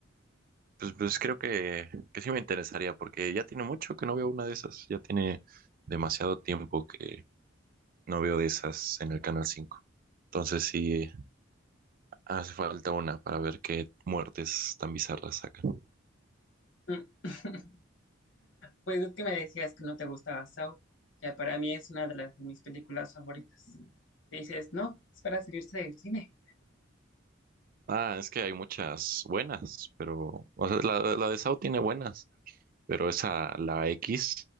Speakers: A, on the right; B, on the left.
A: pues, pues creo que, que sí me interesaría porque ya tiene mucho que no veo una de esas, ya tiene demasiado tiempo que no veo de esas en el Canal cinco Entonces sí hace falta una para ver qué muertes tan bizarras sacan.
B: Mm. <laughs> Pues es que me decías que no te gustaba Saw. Ya para mí es una de las de mis películas favoritas. Y dices, no, es para salirse del cine.
A: Ah, es que hay muchas buenas, pero, o sea, la, la de Sao tiene buenas, pero esa, la X,